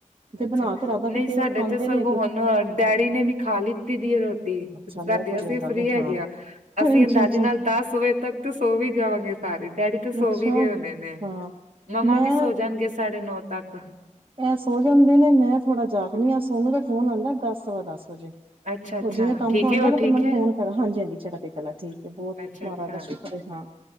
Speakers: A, on the right; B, on the right.
A: ਜੇ
B: ਅੱਛਾ
A: ਬਣਾ ਕੇ ਰਦਾ ਫਿਰ
B: ਨਹੀਂ
A: ਕਈ
B: ਸਾਡੇ
A: ਵਾਰ ਖਾਂਦੇ
B: ਤੇ ਸਗੋਂ
A: ਨੀ ਅਗੇ
B: ਹੁਣ ਡੈਡੀ ਨੇ ਵੀ ਖਾ ਲਿੱਤੀ ਦੀ ਏ ਰੋਟੀ
A: ਅੱਛਾ ਬਹੁਤ
B: ਕਰਦੇ
A: ਵਧੀਆ
B: ਅਸੀਂ
A: ਗੱਲ
B: ਫ੍ਰਰੀ
A: ਹੈ
B: ਹੈਗੇ
A: ਹਾਂ
B: ਆ ਅਸੀਂ
A: ਅੱਛਾ
B: ਅੰਦਾਜ਼ੇ
A: ਅੱਛਾ
B: ਨਾਲ ਦਸ ਵਜੇ ਤੱਕ ਤੇ ਸੋ ਵੀ ਜਾਵਾਂਗੇ ਸਾਰੇ ਡੈਡੀ ਥ ਸੋ
A: ਅੱਛਾ
B: ਵੀ ਗਏ ਹੋਣੇ ਨੇ
A: ਹਾਂ
B: ਮੰਮਾ
A: ਮੈਂ
B: ਵੀ ਸੋ ਜਾਣਗੇ ਸਾਢੇ ਨੌ ਤੱਕ।
A: ਐ ਸੋ ਜਾਂਦੇ ਨੇ ਮੈਂ ਥੋੜਾ ਜਾਗਨੀ ਆ ਸੋਨੂੰ ਦਾ ਫੋਨ ਆਉਂਦਾ ਦਸ ਸਵਾ ਦਸ ਵਜੇ
B: ਅੱਛਾ ਅੱਛਾ
A: ਉਹ ਜਿਵੇਂ ਕੰਮ
B: ਠੀਕ
A: ਤੋਂ ਆਉਂਦਾ
B: ਹੈ ਉਹ ਠੀਕ
A: ਤੇ ਮੈਨੂੰ
B: ਹੈ
A: ਫੋਨ ਹਾਂਜੀ ਹਾਂਜੀ ਚੜ੍ਹਦੀ ਕਲਾ ਠੀਕ ਬਹੁਤ
B: ਅੱਛਾ
A: ਮਹਾਰਾਜ
B: ਅੱਛਾ
A: ਦਾ ਸ਼ੁਕਰ ਹਾਂ